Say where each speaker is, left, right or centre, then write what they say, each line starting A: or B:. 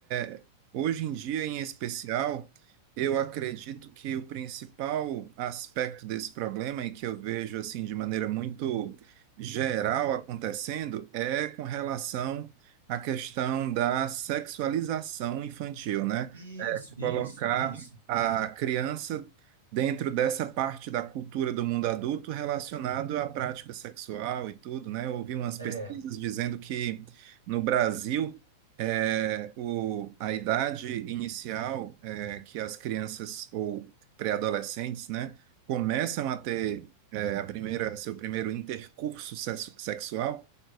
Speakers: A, on the right (about 45°); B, on the right (about 85°).
A: é- é- hoje em dia, em especial, eu acredito que o principal aspecto desse problema, e que eu vejo assim de maneira muito geral acontecendo, é com relação à questão da sexualização infantil, né?
B: Isso,
A: colocar
B: isso, isso.
A: a criança dentro dessa parte da cultura do mundo adulto relacionado à prática sexual e tudo, né? Eu ouvi umas
B: É.
A: pesquisas dizendo que no Brasil é, o, a idade inicial é, que as crianças ou pré-adolescentes, né, começam a ter é, a primeira, seu primeiro intercurso sexu- sexual